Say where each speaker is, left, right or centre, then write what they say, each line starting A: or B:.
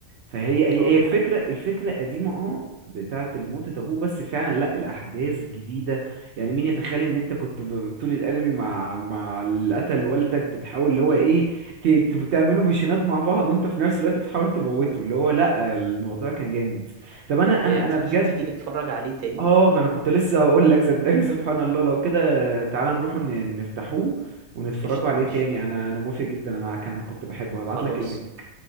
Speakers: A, on the right; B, on the right.
A: فهي هي
B: اه
A: هي
B: دي
A: الفكره
B: حقيقة
A: الفكره قديمه اه بتاعه الموتة ابوه بس فعلا لا الاحداث جديده يعني مين يتخيل ان انت كنت ب- طول الانمي مع مع اللي قتل والدك بتحاول اللي هو
B: امم
A: ايه ت- ت- بتعملوا ميشنات مع بعض وانت في نفس الوقت بتحاول تموته اللي هو لا الموضوع كان جامد طب انا
B: آه
A: انا
B: تيجي
A: انا بجد
B: تيجي نتفرج عليه تاني
A: اه انا كنت لسه هقول لك صدقني <laughs> سبحان الله لو كده تعالى نروح ن- نفتحوه ونتفرجوا
B: قشطة
A: عليه
B: ماشي
A: تاني انا انا موافق جدا انا كان كنت بحبه هبعت
B: خلاص
A: لك اللينك